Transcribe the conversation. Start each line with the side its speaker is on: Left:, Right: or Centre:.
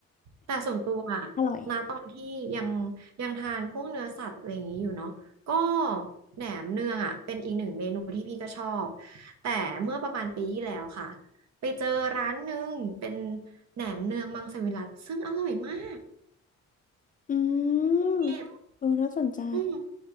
Right: แต่ส่วนตัวอะณตอนที่ยัง
Left: อร่อย
Right: ยังทานพวกเนื้อสัตว์อะไรอย่างนี้อยู่เนาะก็แหนมเนืองอ่ะเป็นอีกหนึ่งเมนูที่พี่ก็ชอบแต่เมื่อประมาณปีที่แล้วค่ะไปเจอร้านหนึ่งเป็นแหนมเนืองมังสวิรัติซึ่งอร่อยมาก
Left: อืม
Right: เทพ
Left: เออน่าสนใจ
Right: อืม